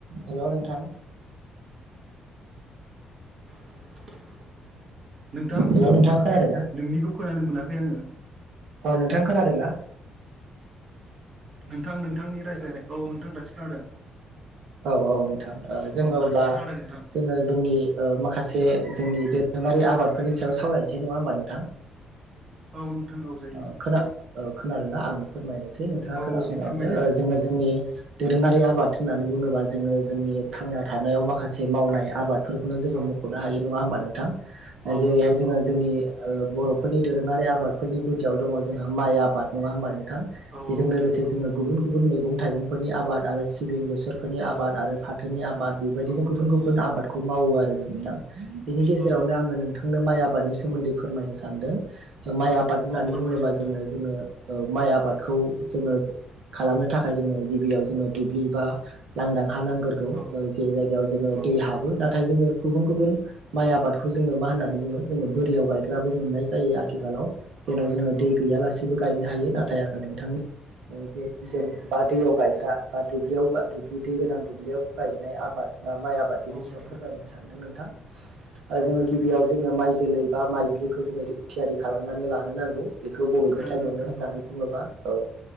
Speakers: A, on the right; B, on the right.
A: हेल नोंथां।
B: <inaudible> नोंथां
A: हेलौ नोंथाङा खोनादों ना
B: नोंनिखौ खोनानो मोनाखै आङो।
A: अ नोंथां खोनादोंना?
B: नोंथां नोंथांनि रायज्लायनाय औ नोंथां दासि खोनादों।
A: औ औ नोंथां जोङो
B: औ
A: अब्ला
B: दासो खोनादों नोंथां
A: जोङो जोंनि ओ माखासे जोंनि दोरोङारि आबादफोरनि सायाव सावरायनोसै नङा होमबा नोंथां।
B: औ औ जायो
A: ओ खोना
B: औ
A: खोनादों ना आङो फोरमायनायसै। दे नोंथाङा
B: औ
A: खोनासंलांदो
B: दे फोरमायदो
A: ओ जोङो
B: औ
A: जोंनि दोरोङारि आबाद होननानै बुङोबा जोङो जोंनि थांना थानायाव माखासे मावनाय आबाद फोरखौनो जोङो
B: औ
A: मख'नो हायो नङा होमबा नोंथां ओ
B: औ
A: जेरैहाय
B: नोंथां
A: जोङो
B: औ
A: जोंनि ओ बर'फोरनि दोरोङारि आबादफोरनि गुदियाव दङ जोंहा माइ आबाद नङा होमबा नों थां
B: औ
A: बेजों
B: नोंथां
A: लोगोसे
B: औ
A: जोङो गुबुन गुबुन मैगं थाइगंफोरनि आबाद आरो सिबिं गोसो बेसरफोरनि
B: औ
A: आबाद आरो फाथोनि आबाद बेबायदिनो
B: औ नोंथां
A: गुबुन गुबुन
B: औ
A: आबादखौ मावो आरो जों नोंथां बेनि गेजे
B: औ
A: जेरावनो आङो नोंथांनो माइ आबाद बादनि सोमोन्दै फोरमायनो सानदों हो माइ आबाद होननानै
B: औ फोरमायदो
A: बुङोबा
B: नोंथां
A: जोङो जोङो ओ माइ आबादखौ जोङो खालामनो थाखाय जोङो गिबियाव जोङो दुब्लि बा लांदां हा नांगोरगौ
B: औ
A: ओ जे जायगायाव जोङो
B: औ
A: दै हाबो नाथाय जोङो गुबुन गुबुन माइ आबाद खो जोङो मा
B: औ
A: होननानै बुङो जोङो बोरियाव गायग्राबो मोननाय जायो आथिखालाव जेन'
B: औ नोंथां
A: जोङो
B: औ
A: दै गैयालासेबो गायनो हायो नाथाय आङो नोंथां ओ जे जों बा दैयाव गायग्रा बा दुब्लियाव बा दुब्लि दै गोनां दुब्लियाव गायनाय आबाद बा माइ आबाद बिनि
B: औ नोंथां
A: सायाव फोरमायनो सानदों नोंथां ओ
B: औ
A: जोङो गिबियाव जोङो माइ जो जोलै बा माइज्लिखौ जोङो रि थियारि खालामनानै लानो नांगौ बेखौ बबेनिफ्राय
B: खोनादोंना
A: मोनो
B: नोंथां
A: होननानै
B: औ
A: बुङोब्ला औ